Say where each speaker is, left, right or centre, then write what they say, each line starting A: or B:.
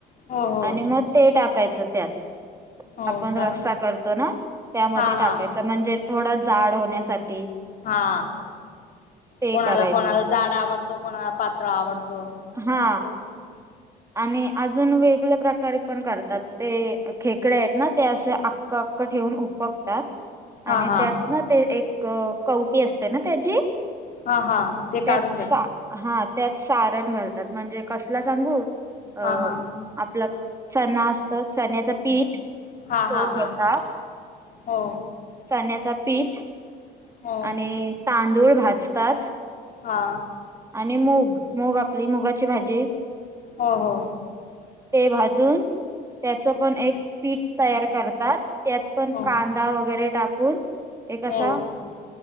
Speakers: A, on the left; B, on the right.
A: हो हो
B: आणि मग ते टाकायचं त्यात
A: हो
B: आपण
A: का
B: रस्सा करतो ना त्यामध्ये
A: हा
B: टाकायचा
A: हा
B: म्हणजे थोडा जाड होण्यासाठी
A: हा
B: ते
A: कोणाला
B: करायचं
A: कोणाला झाड आवडतो कोणाला पात्र आवडतो
B: हा
A: चांगली गोष्ट आहे.
B: आणि अजून वेगळ्या प्रकारे पण करतात ते खेकडे आहेत ना ते असे अक्का ठेवून उपकतात
A: हा
B: आणि
A: हा
B: त्यात ना ते एक कवटी असते ना त्याची
A: हा हा ते काढून
B: त्यात
A: घेता
B: हा त्यातार भर म्हणजे कस सांगू अ
A: हा हा
B: आपलं चना असत चण्याच पीठ तो
A: हा हा
B: घेतात
A: हा हो
B: चण्याचा पीठ
A: हो
B: आणि तांदूळ भाजतात
A: हा
B: आणि मूग मूग आपली मुगाची भाजी
A: हो हो
B: ते भाजून त्याचं पण एक पीठ तयार करतात त्यात पण
A: हो
B: कांदा वगैरे टाकून एक असा
A: हो